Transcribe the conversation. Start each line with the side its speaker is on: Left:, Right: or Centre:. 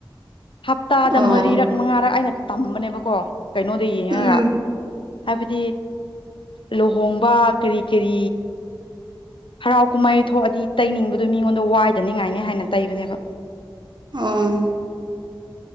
Left: ꯍꯞꯇꯥꯗ
Right: ꯑꯣ
Left: ꯃꯔꯤꯔꯛ ꯃꯉꯥꯔꯛ ꯑꯩꯅ ꯇꯝꯕꯅꯦꯕꯀꯣ ꯀꯩꯅꯣꯗ ꯌꯦꯡꯉꯒ
Right: ꯎꯝ
Left: ꯍꯥꯏꯕꯗꯤ ꯂꯨꯍꯣꯡꯕ ꯀꯔꯤ ꯀꯔꯤ ꯍꯔꯥꯎ ꯀꯨꯝꯍꯩ ꯊꯣꯛꯑꯗꯤ ꯇꯩꯅꯤꯡꯕꯗꯨ ꯃꯤꯉꯣꯟꯗ ꯋꯥꯏꯗꯅꯤꯡꯉꯥꯏꯅꯤ ꯍꯥꯏꯅ ꯇꯩꯕꯅꯦꯕ
Right: ꯑꯥ